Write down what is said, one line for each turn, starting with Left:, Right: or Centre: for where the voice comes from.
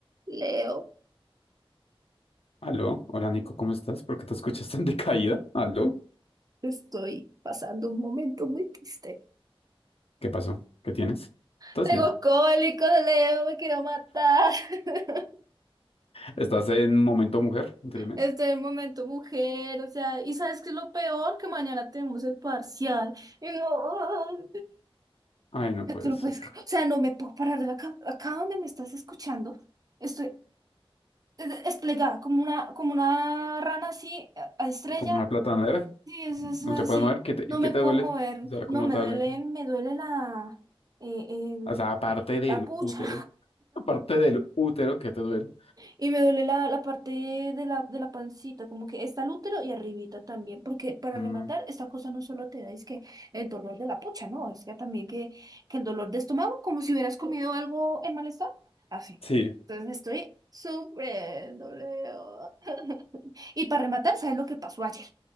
Right: Leo,
Left: Aló, hola Nico, ¿cómo estás? ¿Por qué te escuchas tan decaída? Aló,
Right: estoy pasando un momento muy triste.
Left: ¿qué pasó? ¿Qué tienes? ¿Estás
Right: Tengo
Left: bien?
Right: cólico de Leo, me quiero matar. <laughs>
Left: ¿Estás en momento mujer del mes?
Right: Estoy en momento mujer, o sea, ¿y sabes qué es lo peor? Que mañana tenemos el parcial. Y no,
Left: Ay, no
Right: yo
Left: puede
Right: tú lo
Left: ser.
Right: puedes creer. O sea, no me puedo parar de la cama. Acá donde me estás escuchando, estoy des- desplegada como una, como una rana así, a a estrella.
Left: Con una platanera,
Right: Sí, eso
Left: no
Right: es así.
Left: te puedes mover. ¿Qué te,
Right: No
Left: qué
Right: me
Left: te
Right: puedo
Left: duele?
Right: mover,
Left: O sea,
Right: no
Left: como
Right: me
Left: tal.
Right: duele, me duele la, eh, el-
Left: O sea, aparte del
Right: la pucha.
Left: útero. Aparte del útero, ¿qué te duele?
Right: Y me duele la, la parte de la, de la pancita, como que está el útero y arribita también, porque para
Left: Mm,
Right: rematar, esta cosa no solo te da, es que el dolor de la pucha, ¿no? Es que también que, que el dolor de estómago, como si hubieras comido algo en mal estado, así.
Left: sí,
Right: Entonces estoy sufriendo, Leo. <laughs> Y para rematar, ¿sabes lo que pasó ayer?